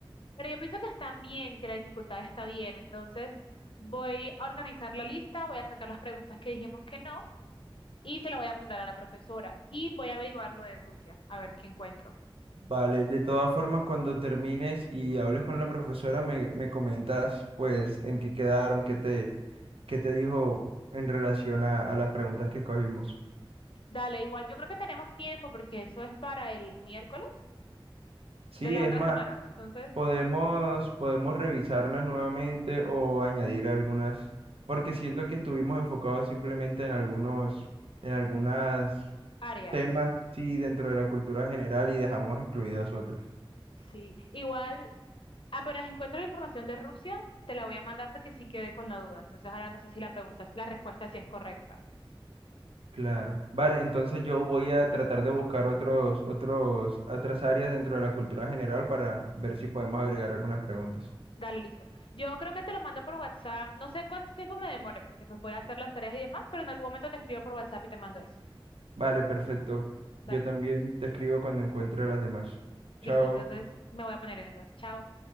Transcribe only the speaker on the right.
Vale, de todas formas, cuando termines y hables con la profesora, me, me comentas pues en qué quedaron, qué te, qué te dijo en relación a, a las preguntas que escogimos.
Sí,
es
más,
podemos, podemos revisarlas nuevamente o añadir algunas, porque siento que estuvimos enfocados simplemente en algunos, en algunas
temas, sí, dentro de la cultura general y dejamos excluidas otras.
Claro. Vale, entonces yo voy a tratar de buscar otros, otros, otras áreas dentro de la cultura general para ver si podemos agregar algunas preguntas.
Vale, perfecto.
Yo también te escribo cuando encuentre las demás.
Chao.